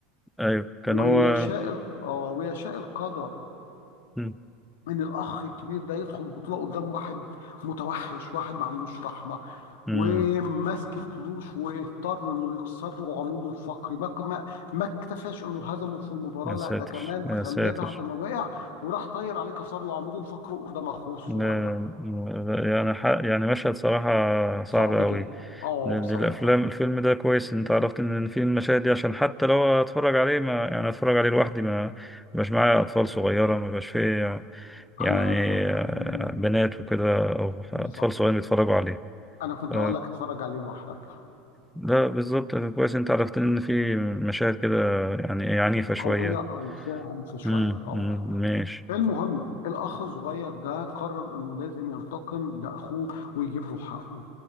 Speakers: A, in the centre; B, on the left (about 60°).
A: ايوه كان
B: ويشاء
A: هو
B: ال- اه ويشاء القدر
A: مم.
B: ان الاخ الكبير ده يدخل بطوله قدام واحد متوحش واحد ما عندوش رحمه
A: مم.
B: وماسك فلوس واضطر انه يكسر له عموده الفقري ما ما ما اكتفاش انه هزمه في المباراه
A: يا
B: لا
A: ساتر
B: ده كمان
A: يا
B: خلاه
A: ساتر
B: بعد ما وقع وراح طاير عليه كسر له عموده الفقري قدام اخوه الصغير
A: لا- لا- يعني ح- يعني مشهد صراحة صعب
B: صعب
A: قوي
B: جدا اه
A: لأن
B: بصراحه
A: الأفلام الفيلم ده كويس إن أنت عرفت إن في المشاهد دي عشان حتى لو أتفرج عليه ما يعني أتفرج عليه لوحدي ما مبقاش معايا أطفال صغيرة ما بقاش فيه يعني
B: انا ك-
A: آه،
B: مم،
A: بنات وكده أو
B: بالظبط
A: أطفال صغيرين بيتفرجوا عليه
B: انا كنت
A: ف-
B: هقول لك اتفرج عليه لوحدك
A: لا بالظبط كويس إن أنت عرفت إن في مشاهد كده يعني إيه عنيفة شوية
B: قويه او فيها عنف شويه
A: امم
B: اه
A: أمم، ماشي
B: المهم الأخ الصغير ده قرر إنه لازم ينتقم لأخوه ويجيب له حقه